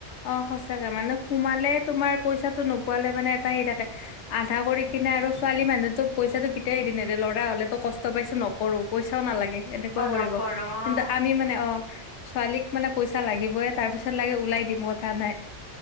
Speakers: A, on the left; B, on the right.
A: অ সঁচাকে মানে সোমালে তোমাৰ পইচাটো নোপোৱালে মানে এটা হে থাকে। আধা কৰি কিনে আৰু ছোৱালী মানুহতো পইচাতটো কেতিয়া এৰি নেদে ল'ৰা হলেতো কষ্ট পাইছো ন- কৰো পইচাও নালাগে এনেকুৱা
B: অ
A: কৰিব
B: নকৰো অ
A: কিন্তু আমি মানে অ ছোৱালীক মানে পইচা লাগিবইে তাৰ পিছত লাগে ওলাই দিব। মথা নাই